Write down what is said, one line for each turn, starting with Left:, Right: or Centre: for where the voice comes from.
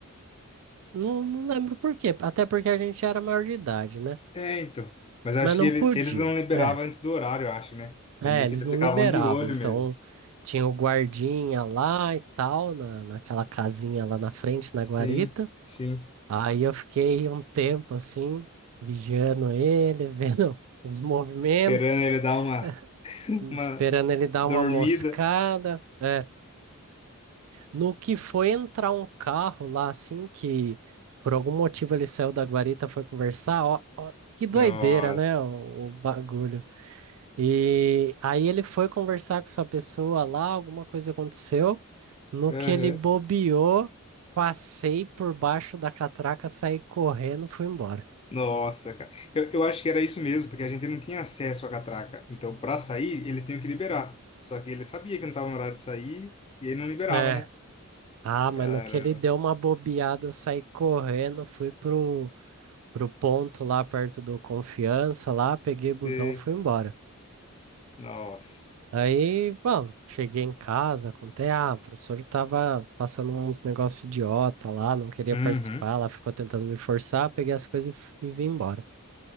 Right: não, não lembro por quê. Até porque a gente já era maior de idade, né?
Left: É, então. Mas acho
Right: Mas não
Left: que ele-
Right: podia.
Left: eles não liberavam
Right: É,
Left: antes do horário, eu acho, né?
Right: é,
Left: Daí Meio
Right: eles
Left: que eles
Right: não
Left: ficavam
Right: liberavam.
Left: de olho
Right: Então
Left: mesmo.
Right: tinha o guardinha lá e tal, na, naquela casinha lá na frente, na
Left: Sim,
Right: guarita.
Left: sim.
Right: Aí eu fiquei um tempo assim, vigiando ele, <laughs> vendo os movimentos.
Left: Esperando ele dar uma,
Right: <laughs>
Left: <laughs> uma
Right: Esperando ele dar
Left: dormida.
Right: uma moscada. É, no que foi entrar um carro lá, assim, que por algum motivo ele saiu da guarita, foi conversar. Ó, ó, que doideira,
Left: Nossa.
Right: né? O, o bagulho. E aí ele foi conversar com essa pessoa lá, alguma coisa aconteceu. No
Left: Aham.
Right: que ele bobeou, passei por baixo da catraca, saí correndo, fui embora.
Left: Nossa, cara. Eu, eu acho que era isso mesmo, porque a gente não tinha acesso à catraca. Então, pra sair, eles tinham que liberar. Só que ele sabia que não tava no horário de sair e ele não liberava,
Right: É.
Left: né?
Right: Ah,
Left: Caramba.
Right: mas no que ele deu uma bobeada, saí correndo, fui pro pro ponto lá perto do Confiança, lá, peguei busão,
Left: Você-
Right: fui embora.
Left: Nossa.
Right: Aí, bom, cheguei em casa, contei, ah, o professor tava passando uns negócios idiota lá, não queria
Left: Uhum.
Right: participar, lá ficou tentando me forçar, peguei as coisas e, f- e vim embora.